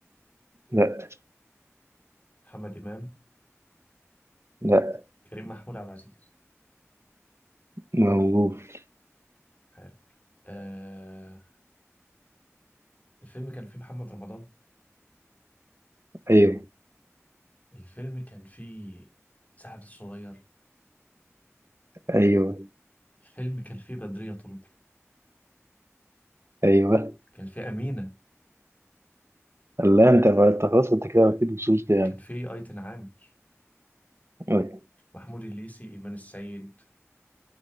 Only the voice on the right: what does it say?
لا
لا
موجود
أيوة
أيوة
أيوة
الله أنت بقى أنت خلاص أنت كده أكيد وصلت يعني
أيوة.